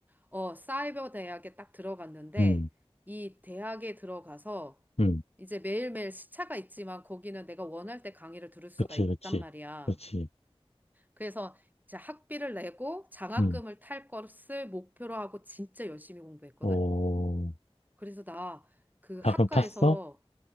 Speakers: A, on the right (about 15°); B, on the left (about 80°).
A: 어, 사이버 대학에 딱 들어갔는데
B: 음,
A: 이 대학에 들어가서
B: 음.
A: 이제 매일매일 시차가 있지만 거기는 내가 원할 때 강의를 들을 수가
B: 그치,
A: 있단
B: 그치,
A: 말이야.
B: 그치.
A: 그래서 이제 학비를 내고 장학금을
B: 음.
A: 탈 것을 목표로 하고 진짜 열심히 공부했거든.
B: 오,
A: 그래서 나 그
B: 닭을
A: 학과에서
B: 팠어?